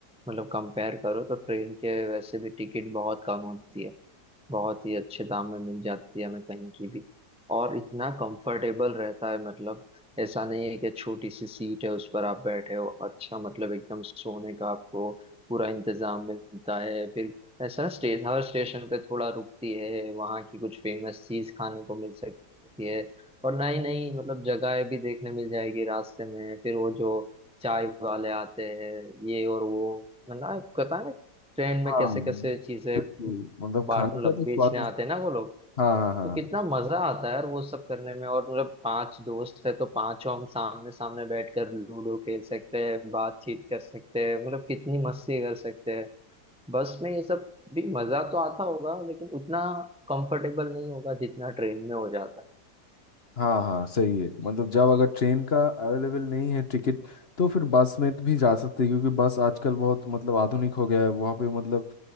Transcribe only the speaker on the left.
हाँ
बिल्कुल
मतलब
खाने
का तो
स्वादिष्ट
हाँ हाँ हाँ
हाँ हाँ सही है मतलब जब अगर ट्रेन का अवेलेबल नहीं है टिकट तो फिर बस में भी जा सकते हैं क्योंकि बस आजकल बहुत मतलब आधुनिक हो गया है वहाँ पे मतलब